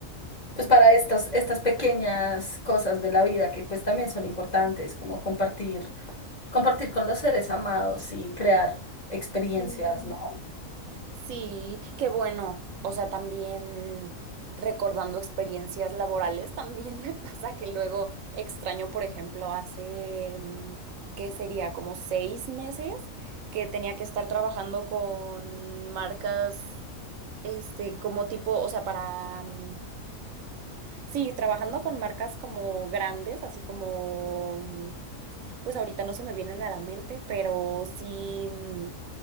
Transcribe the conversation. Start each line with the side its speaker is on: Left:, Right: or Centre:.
Left: pues para estas, estas pequeñas cosas de la vida que pues también son importantes, como compartir, compartir con los seres amados y crear experiencias,
Right: Sí,
Left: ¿no?
Right: sí, qué bueno. O sea, también recordando experiencias laborales, también <laughs> me pasa que luego extraño, por ejemplo, hace, mm, ¿qué sería? Como seis meses que tenía que estar trabajando con marcas, este, como tipo, o sea, para, mm, sí, trabajando con marcas como grandes, así como, mm, pues ahorita no se me vienen a la mente, pero sí. mm,